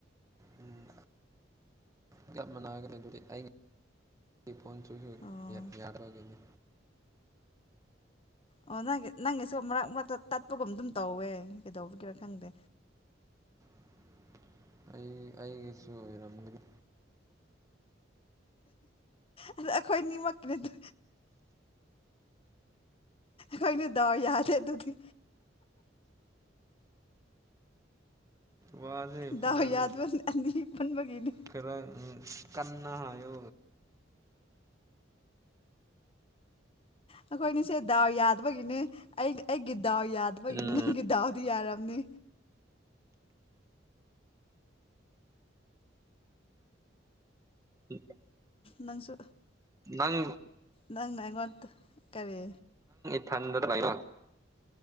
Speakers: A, on the right; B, on the left.
A: ꯎꯝ ꯂꯒꯞ ꯃꯅꯥꯒ ꯂꯩꯗꯨꯗꯤ ꯑꯩ ꯐꯣꯟ ꯆꯨꯁꯨ
B: ꯑꯣ
A: ꯌꯥꯔꯔꯕꯒꯤꯅꯤ
B: ꯑꯣ ꯅꯪꯒꯤ ꯅꯪꯒꯤꯁꯨ ꯃꯔꯛ ꯃꯔꯛꯇ ꯇꯠꯄꯒꯨꯝ ꯑꯗꯨꯝ ꯇꯧꯋꯦ ꯀꯩꯗꯧꯕꯒꯤꯔ ꯈꯪꯗꯦ
A: <unintelligible> ꯑꯩ ꯑꯩꯒꯤꯁꯨ ꯑꯣꯏꯔꯝꯒꯅꯤ
B: ꯑꯗ ꯑꯩꯈꯣꯏ ꯅꯤꯃꯛꯅꯦꯗ ꯀꯣꯏꯅ ꯗꯔ ꯌꯥꯗ ꯇ
A: ꯋꯥꯁꯦ
B: ꯗꯥꯎ
A: ꯄꯇꯥ
B: ꯌꯥꯗꯕ
A: ꯅ
B: ꯑꯅꯤ ꯄꯨꯟꯕꯒꯤꯅꯤ
A: ꯀꯥꯡ ꯎ ꯀꯟꯅ ꯌ
B: ꯑꯩꯈꯣꯏꯅꯤꯁꯦ ꯗꯥꯎ ꯌꯥꯗꯕꯒꯤꯅꯦ ꯑꯩ ꯑꯩꯒꯤ ꯗꯥꯎ ꯌꯥꯗꯕꯒꯤꯅꯤ
A: ꯎꯝ
B: ꯅꯪꯒꯤ ꯗꯥꯎꯗꯤ ꯌꯥꯔꯝꯅꯤ
A: ꯎꯝ
B: ꯅꯪꯁꯨ
A: ꯅꯪ
B: ꯅꯪ ꯑꯩꯉꯣꯟ ꯀꯔꯤ
A: ꯊꯗ